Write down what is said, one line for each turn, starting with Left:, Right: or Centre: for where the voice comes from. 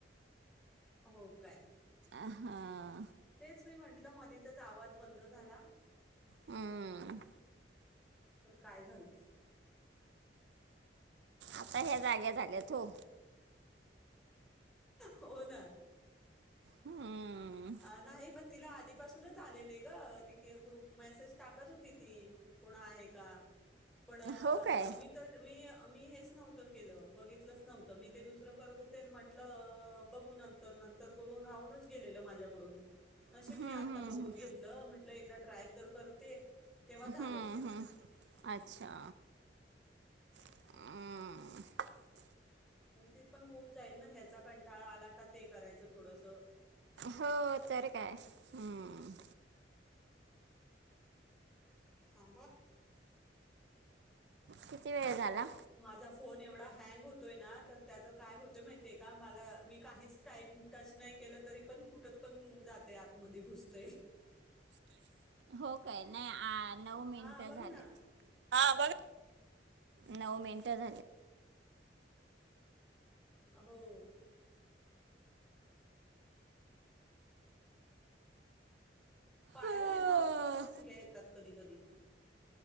Centre: हो काय
Right: आहाा
Centre: तेच मी म्हंटलं मधीतच आवाज बंद झाला
Right: हमम
Centre: तर काय झालं
Right: आता ह्या जागे झाल्यात हो
Centre: हो ना
Right: हम्म
Centre: नाही पण तिला आधीपासूनच आलेले आहे ग ति ग्रुप मेसेज टाकत होती ती कोणा आहे का पण
Right: हो काय
Centre: तर मी मी हेच नव्हतं केलं बघितलंच नव्हतं मी ते दुसरं करत होते आणि म्हंटलं बघू तर नंतर करून राहूनच गेलेलं माझ्याकडून नशब
Right: हम्म,
Centre: मी आता
Right: हम्म,
Centre: बघून घेतलं म्हंटलं एकदा ट्राय तर करते तेव्हा झालं.
Right: हम्म हम्म अच्छा हमम
Centre: मग ती पण होऊन जाईल ना ह्याचा कंटाळा आला का ते करायचं थोडस
Right: हो तर काय हम्म
Centre: थांबा
Right: किती वेळ झाला
Centre: माझा फोन एवढा हँग होतोय ना तर त्याचं काय होते माहितीय का मला मी काहीच टाईप टच नाही केलं तरी पण कुठत पण जाते आतमध्ये घुसत
Right: हो काय नाही नऊ मिनिट
Centre: हा बघ
Right: झालेत
Centre: ना
Right: ह नऊ मिेनटल
Centre: हो पायाला
Right: हो
Centre: आहे ना अगो नुसत्या मुंग्या येतात कधी कधी